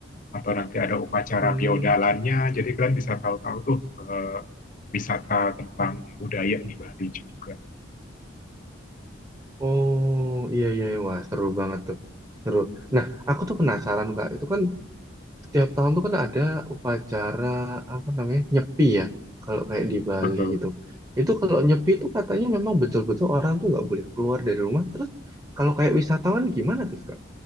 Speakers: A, on the left; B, on the right.
A: atau nanti ada upacara
B: Hmm.
A: biodalannya. Jadi kalian bisa tahu-tahu tuh eh, wisata tentang budaya di Bali juga.
B: Oh, iya iya, iya. wah seru banget tuh, seru. Nah, aku tuh penasaran Kak, itu kan tiap tahun tuh kan ada upacara apa namanya nyepi ya kalau kayak di Bali
A: Betul.
B: itu itu kalau nyepi itu katanya memang betul-betul orang tuh nggak boleh keluar dari rumah terus kalau kayak wisatawan gimana tuh kak